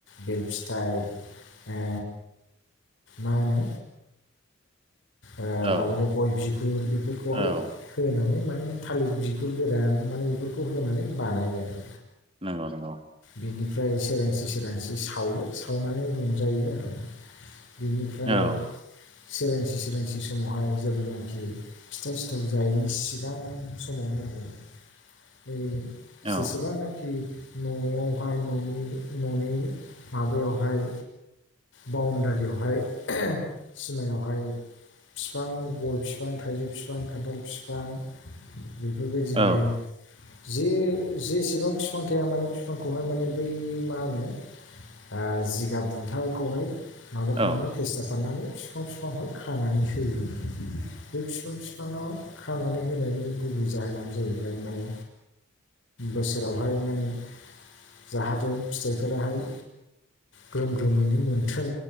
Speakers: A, on the left; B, on the right.
A: बेल फिथाइ ओ मा होनो ओ
B: औ
A: माबानाय गय बिगुर बेफोरखौहाय
B: औ
A: होनानै माने थालिर बिगुर गोरान माने बेफोरखौ होनानै बानायो आरो
B: नोंगौ नंगौ
A: बेनिफ्राय सोरांसि सोरांसि सावो सावनानै रंजायो आरो बेनिफ्राय
B: औ
A: सोरां सि सोरांसि समावहाय जेब्लानाखि फिथा सिथाव जायैनि सिगां समावनो आरो बै जेसेबांनाखि
B: औ
A: न'आवहाय न'नि न'नि माबायावहाय बाउणडारियावहाय सिमायावहाय बिफां गय बिफां थाइजौ बिफां खान्थाल फिफां बेफोरबायदिनो
B: औ
A: जे जेसेबां बिफां थाया माने बिफांखौहाय माने बै मा होनो आ जिगाब बुनथाखौहाय माबाखानानै
B: अ
A: फेस्था फाननानै बिफां बिफांहाय खानानै होयो बे बिफां फाङाव खानानै होनायनि गुबै जाहोनानो जाहैबाय माने बोसोरावहाय माने जाहाथे फिथाइफोराहाय ग्रोम ग्रोमैनो मोनथों